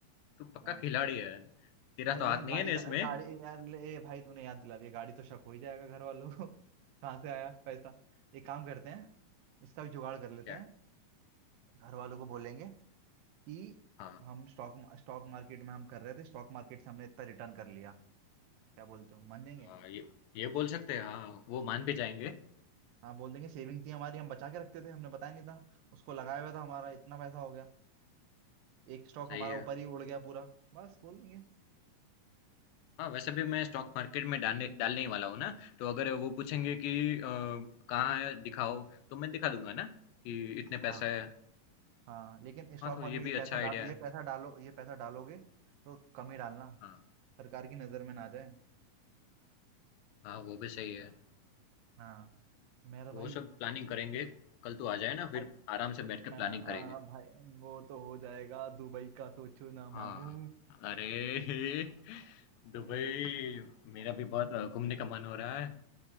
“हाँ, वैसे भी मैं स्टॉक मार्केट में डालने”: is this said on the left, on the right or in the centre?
Left